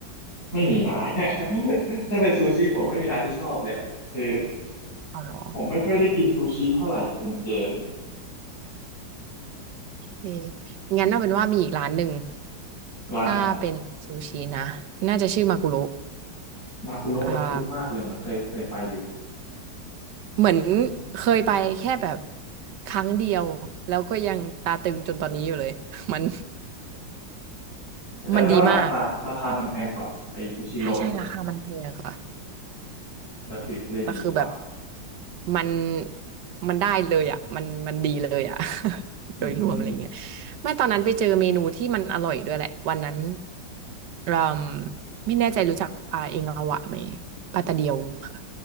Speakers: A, on the left; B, on the right.
A: ไม่มีนะ <laughs> ถ้าเป็นซูชิผมไม่มีร้านที่ชอบเลยอะคือ
B: อ๋อเหรอ
A: ผมไม่ค่อยได้กินซูชิเท่าไหร่อะคุณเจน
B: โอเคงั้นเอาเป็นว่ามีอีกร้านหนึ่ง
A: ร้านไหนครับ
B: ถ้าเป็นซูชินะน่าจะชื่อมากุโระ
A: มากุโระเออคุ้นมากเลยเหมือนเคยเคยไปอยู่
B: อ่าเหมือน
A: มากุโระ
B: เคยไปแค่แบบครั้งเดียวแล้วก็ยังตาตึงจนตอนนี้อยู่เลย <laughs> มัน
A: แต่จำได้ว่าราคาราคามันแพงกว่าไอซูชิโร่นี่
B: มันดีมากใช่ใช่ราคามันแพงค่ะ
A: วัตถุดิบเลยดีกว่า
B: แต่คือแบบมันมันได้เลยอ่ะมันมันดีเลยอ่ะ <laughs>
A: อืม
B: โดยรวมอะไรเงี้ยไม่ตอนนั้นไปเจอเมนูที่มันอร่อยด้วยแหละวันนั้นเราไม่แน่ใจรู้จักปลาเองอวะไหมปลาตะเดียวค่ะ